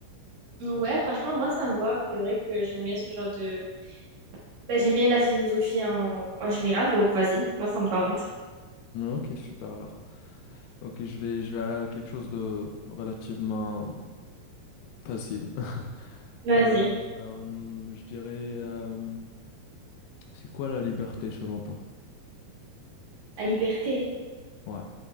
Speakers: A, on the right; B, on the left.
A: Mhm. Ouais, franchement, moi, ça me va. C'est vrai que j'aime bien ce genre de... Ben, j'aime bien la philosophie en, en général, donc vas-y, moi, ça me tente.
B: Ok, super alors. Ok, je vais, je vais aller avec quelque chose de relativement facile.
A: Vas-y,
B: Euh, euh, je dirais, euh, c'est quoi la liberté selon toi?
A: à liberté.
B: Ouais.